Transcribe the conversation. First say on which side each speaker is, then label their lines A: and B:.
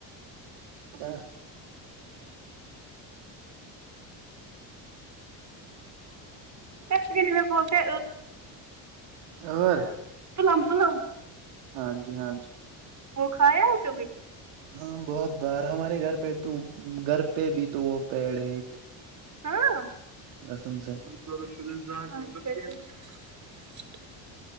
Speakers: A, on the right (about 75°); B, on the right (about 35°).
A: کیا
B: شری میں بولتے
A: ہور
B: ک لام تو <unintelligible>
A: ہاں جی ہاں جی
B: وہ کھایا ہے کبھی
A: ہاں بہت بار ہمارے گھر پہ تو گھر پہ بھی تو وہ پیڑ ایک
B: ہاں
A: بسم سے ہے <unintelligible>
B: ز <unintelligible>